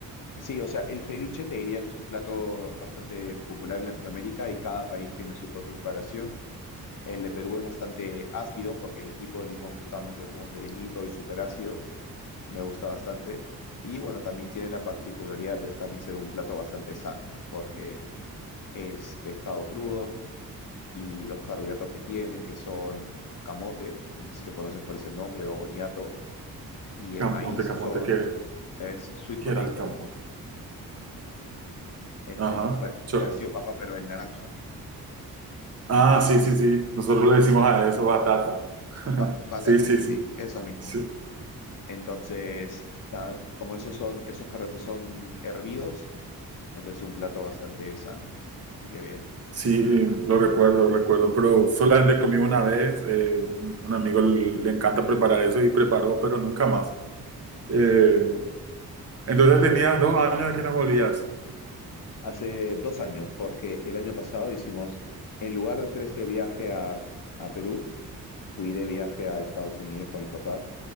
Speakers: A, on the left (about 55°); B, on the right (about 40°).
A: Sí, o sea, el ceviche te diría que es un plato bastante popular en Latinoamérica y cada país tiene su propia preparación. El de Perú es bastante ácido porque el tipo de limón que usamos es como pequeñito y súper ácido. Me gusta bastante. Y bueno, también tiene la particularidad de también ser un plato bastante sano porque es pescado crudo y los carbohidratos que tienen, que son camote, no sé si lo conoces por ese nombre, o boniato, y el
B: Camote,
A: maíz son
B: camote, ¿qué,
A: es sweet
B: qué
A: potato,
B: era el camote?
A: es
B: Ajá.
A: como pare-
B: cho-
A: parecido a papa pero en naranja
B: Ah, sí, sí, sí, nosotros le decimos a eso batata. <laughs>
A: Ba- batata,
B: Sí, sí,
A: sí,
B: sí.
A: eso mismo.
B: Sí,
A: Entonces, nada, como esos son, esos carretos son hervidos, entonces un plato bastante sano. Así que bien.
B: sí, lo recuerdo, lo recuerdo, pero solamente comí una vez, eh, un un amigo le, le encanta preparar eso y preparó, pero nunca más. Eh, entonces tenías dos años de que no volvías.
A: Hace dos años, porque el año pasado hicimos, en lugar de hacer este viaje a, a Perú, fui de viaje a Estados Unidos con mis papás